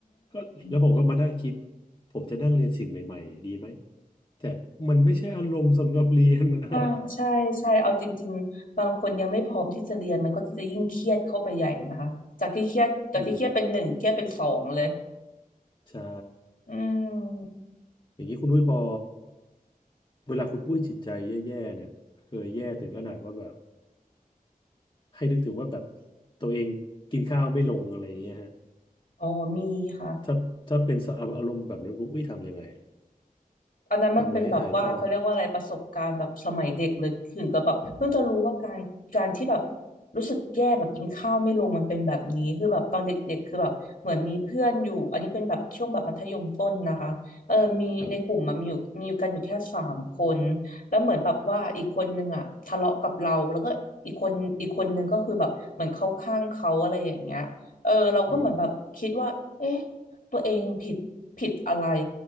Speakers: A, on the left; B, on the left.
A: ก็แล้วผมก็มานั่งคิด
B: ม
A: ผมจะนั่งเรียนสิ่งใหม่ๆดีไหมแต่มันไม่ใช่อารมณ์สำหรับเรียนนะ
B: อ่าใช่ใช่ เอาจริงๆบางคนยังไม่พร้อมที่จะเรียนมันก็จะยิ่งเครียดเข้าไปใหญ่นะคะ จากที่เครียดจากที่เครียดเป็นหนึ่งเครียดเป็นสองเลย
A: <laughs> อืมใช่
B: อืม
A: อย่างนี้คุณอุ้ยพอเวลาคุณอุ้ยจิตใจแย่ๆเนี่ยเคยแย่ถึงขนาดว่าแบบให้นึกถึงว่าแบบตัวเองกินข้าวไม่ลงอะไรอย่างเงี้ยฮะ
B: อ๋อมีค่ะ <laughs>
A: ถ้าถ้าเป็นสภาพอารมณ์แบบนั้นคุณอุ้ยทำยังไง
B: อันนั้นมันเป็นแบบว่าเขาเรียกว่าอะไรประสบการณ์แบบสมัยเด็กเลยถึงกับแบบเพิ่งจะรู้ว่าการการที่แบบ
A: ทำอะไรให้หายเศร้าอะ
B: รู้สึกแย่แบบกินข้าวไม่ลงมันเป็นแบบนี้คือแบบตอนเด็กๆคือแบบเหมือนมีเพื่อนอยู่อันนี้เป็นแบบช่วงแบบมัธยมต้นนะคะเออมีในกลุ่มมันมีอยู่มีอยู่กันอยู่แค่สามคน
A: ครับ
B: แล้วเหมือนแบบว่าอีกคนนึงอ่ะทะเลาะกับเราแล้วก็อีกคนอีกคนนึงก็คือแบบเหมือนเข้าข้างเขาอะไรอย่างเงี้ยเออเราก็เหมือนแบบคิดว่าเอ๊ะ
A: อืม
B: ตัวเองผิดผิดอะไร